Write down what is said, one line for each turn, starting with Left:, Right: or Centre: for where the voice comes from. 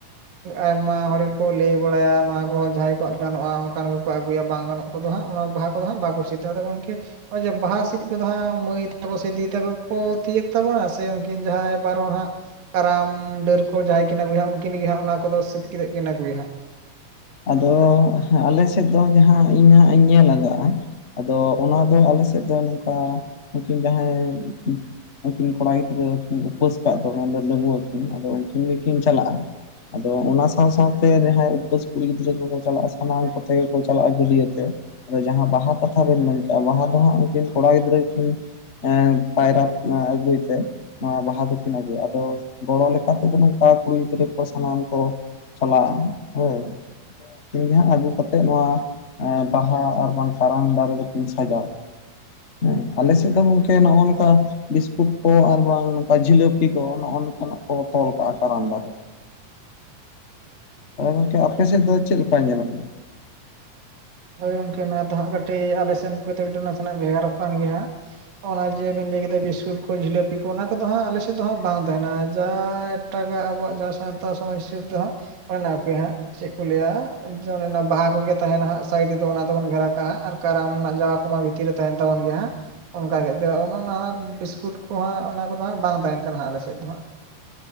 Right: ᱟᱭᱢᱟ ᱦᱚᱲ ᱠᱚ ᱞᱟᱹᱭ ᱵᱟᱲᱟᱭᱟ ᱱᱚᱣᱟ ᱠᱚᱦᱚᱸ ᱡᱟᱦᱟᱸᱭ ᱠᱚ ᱜᱟᱱᱚᱜᱼᱟ ᱚᱱᱠᱟᱱ ᱜᱮ ᱠᱚ ᱟᱹᱜᱩᱭᱟ ᱵᱟᱝ ᱜᱟᱱᱚᱜ ᱠᱚᱫᱚ ᱦᱟᱸᱜ ᱚᱱᱟ ᱵᱟᱦᱟ ᱠᱚᱫᱚ ᱦᱟᱸᱜ ᱵᱟᱠᱚ ᱥᱤᱛᱟᱹᱜ ᱦᱟᱸᱜ ᱜᱚᱝᱠᱮ ᱾ ᱱᱚᱜᱼᱚᱭ ᱡᱮ ᱵᱟᱦᱟ ᱥᱮᱫ ᱠᱚᱫᱚ ᱦᱟᱸᱜ ᱢᱟᱹᱭ ᱛᱟᱠᱚ ᱥᱮ ᱫᱤᱫᱤ ᱛᱟᱠᱚ ᱠᱚ ᱛᱤᱭᱳᱜ ᱛᱟᱵᱚᱱᱟ ᱥᱮ ᱩᱱᱠᱤᱱ ᱡᱟᱦᱟᱸᱭ ᱵᱟᱨ ᱦᱚᱲ ᱦᱟᱸᱜ᱾ ᱠᱟᱨᱟᱢ ᱰᱟᱹᱨ ᱠᱚ ᱡᱟᱦᱟᱸᱭ ᱠᱤᱱ ᱟᱹᱜᱩᱭᱟ ᱩᱱ ᱠᱤᱱ ᱜᱮ ᱦᱟᱸᱜ ᱚᱱᱟ ᱠᱚᱫᱚ ᱥᱤᱛ ᱠᱟᱛᱮ ᱠᱤᱱ ᱟᱹᱜᱩᱭᱟ ᱾
Left: ᱟᱫᱚ ᱟᱞᱮ ᱥᱮᱫ ᱫᱚ ᱡᱟᱦᱟᱸ ᱤᱧ ᱦᱟᱸᱜ ᱤᱧ ᱧᱮᱞ ᱟᱠᱟᱜᱼᱟ ᱾ ᱟᱫᱚ ᱚᱱᱟ ᱫᱚ ᱟᱞᱮ ᱥᱮᱫ ᱫᱚ ᱱᱚᱝᱠᱟ ᱩᱱ ᱩᱠᱤᱱ ᱡᱟᱦᱟᱸᱭ ᱩᱱᱠᱤᱱ ᱠᱚᱲᱟ ᱜᱤᱫᱽᱨᱟᱹ ᱠᱤᱱ ᱩᱯᱟᱹᱥ ᱟᱠᱟᱫ ᱫᱚ ᱢᱮᱱᱫᱚ ᱰᱟᱺᱜᱩᱣᱟᱹ ᱠᱤᱱ ᱟᱫᱚ ᱩᱱᱠᱤᱱ ᱜᱮ ᱠᱤᱱ ᱪᱟᱞᱟᱜᱼᱟ ᱾ ᱟᱫᱚ ᱚᱱᱟ ᱥᱟᱶ ᱥᱟᱶᱛᱮ ᱡᱟᱦᱟᱸᱭ ᱩᱯᱟᱹᱥ ᱠᱩᱲᱤ ᱜᱤᱫᱽᱨᱟᱹ ᱠᱚᱠᱚ ᱪᱟᱞᱟᱜᱼᱟ ᱥᱟᱱᱟᱢ ᱠᱚᱛᱮ ᱜᱮᱠᱚ ᱪᱟᱞᱟᱜᱼᱟ ᱜᱟᱹᱰᱭᱟᱹ ᱛᱮ ᱾ ᱟᱫᱚ ᱡᱟᱦᱟᱸ ᱵᱟᱦᱟ ᱠᱟᱛᱷᱟ ᱵᱮᱱ ᱢᱮᱱ ᱠᱮᱜᱼᱟ, ᱵᱟᱦᱟ ᱫᱚ ᱦᱟᱸᱜ ᱩᱱᱠᱤᱱ ᱠᱚᱲᱟ ᱜᱤᱫᱽᱨᱟᱹ ᱠᱤᱱ ᱦᱮᱸ ᱯᱟᱭᱨᱟ ᱟᱹᱜᱩᱭ ᱛᱮ᱾ ᱱᱚᱣᱟ ᱵᱟᱦᱟ ᱫᱩᱠᱤᱱ ᱟᱜᱩᱭ ᱜᱮ ᱟᱫᱚ ᱜᱚᱲᱚ ᱞᱮᱠᱟ ᱛᱮᱫᱚ ᱱᱚᱝᱠᱟ ᱠᱩᱲᱤ ᱜᱤᱫᱽᱨᱟᱹ ᱠᱚ ᱥᱟᱱᱟᱢ ᱠᱚ᱾ ᱪᱟᱞᱟᱜᱼᱟ ᱾ᱦᱳᱭ ᱾ ᱩᱱ ᱫᱚ ᱦᱟᱸᱜ ᱟᱹᱜᱩ ᱠᱟᱛᱮ ᱱᱚᱣᱟ ᱮ ᱵᱟᱦᱟ ᱟᱨ ᱵᱟᱝ ᱠᱟᱨᱟᱢ ᱫᱟᱨᱮ ᱫᱚᱠᱤᱱ ᱥᱟᱡᱟᱣᱟ ᱾ ᱦᱮᱸ ᱟᱞᱮ ᱥᱮᱫ ᱫᱚ ᱜᱚᱝᱠᱮ ᱱᱚᱜᱼᱚᱭ ᱱᱚᱝᱠᱟ ᱵᱤᱥᱠᱩᱴ ᱠᱚ ᱟᱨ ᱵᱟᱝ ᱱᱚᱝᱠᱟ ᱡᱷᱤᱞᱟᱹᱯᱤ ᱠᱚ᱾ ᱱᱟᱜ ᱠᱚ ᱛᱚᱞ ᱠᱟᱜᱼᱟ, ᱠᱟᱨᱟᱢ ᱰᱟᱹᱨ ᱨᱮ ᱦᱮᱸ ᱛᱟᱦᱚᱞᱮ ᱜᱚᱝᱠᱮ ᱟᱯᱮ ᱥᱮᱫ ᱫᱚ ᱪᱮᱫ ᱞᱮᱠᱟ ᱧᱮᱞᱚᱜ ᱜᱮᱭᱟ?
Right: ᱦᱳᱭ ᱜᱚᱝᱠᱮ ᱚᱱᱟ ᱫᱚ ᱦᱟᱸᱜ ᱠᱟᱹᱴᱤᱡ ᱟᱞᱮ ᱥᱮᱱ ᱠᱚᱛᱮᱠᱴᱤ ᱱᱟᱥᱮᱱᱟᱜ ᱵᱮᱦᱟᱨᱚᱜ ᱠᱟᱱ ᱜᱮᱭᱟ ᱦᱟᱸᱜ ᱾ ᱚᱱᱟ ᱡᱮ ᱵᱮᱱ ᱞᱟᱹᱭ ᱠᱮᱫᱟ ᱵᱤᱥᱠᱩᱴ ᱠᱚ ᱡᱷᱤᱞᱟᱹᱯᱤ ᱠᱚ ᱚᱱᱟ ᱠᱚᱫᱚ ᱦᱟᱸᱜ ᱟᱞᱮ ᱥᱮᱫ ᱫᱚ ᱦᱟᱸᱜ ᱵᱟᱝ ᱛᱟᱦᱮᱱᱟ᱾ ᱡᱟ ᱮᱴᱟᱜ ᱟᱵᱚᱣᱟᱜ ᱡᱟᱦᱟᱸ ᱥᱟᱶᱛᱟ ᱥᱚᱢᱟᱡᱽ ᱦᱤᱥᱟᱹᱵ ᱛᱮ ᱦᱟᱸᱜ ᱚᱱᱮ ᱚᱱᱟ ᱠᱟᱜᱮ ᱦᱟᱸᱜ ᱪᱮᱫ ᱠᱚ ᱞᱟᱹᱭᱟ ᱚᱱᱮ ᱚᱱᱟ ᱵᱟᱦᱟ ᱠᱚᱜᱮ ᱛᱟᱦᱮᱱᱟ ᱦᱟᱸᱜ᱾ ᱥᱟᱭᱤᱰ ᱨᱮ ᱚᱱᱟ ᱫᱚᱵᱚᱱ ᱜᱷᱮᱨᱟ ᱠᱟᱜᱼᱟ ᱟᱨ ᱠᱟᱨᱟᱢ ᱨᱮᱱᱟᱜ ᱡᱟᱦᱟᱸ ᱠᱚ ᱢᱟ ᱵᱷᱤᱛᱤᱨ ᱨᱮ ᱛᱟᱦᱮᱱ ᱛᱟᱵᱚᱱ ᱜᱮᱭᱟ ᱦᱟᱸᱜ ᱾ ᱚᱱᱠᱟ ᱜᱮ ᱫᱚ ᱚᱱᱮ ᱚᱱᱟ ᱵᱤᱥᱠᱩᱴ ᱠᱚᱦᱟᱸᱜ ᱚᱱᱟ ᱠᱚᱫᱚ ᱦᱟᱸᱜ ᱵᱟᱝ ᱛᱟᱦᱮᱱ ᱠᱟᱱᱟ ᱦᱟᱸᱜ ᱟᱞᱮ ᱥᱮᱫ ᱫᱚ ᱦᱟᱸᱜ ᱾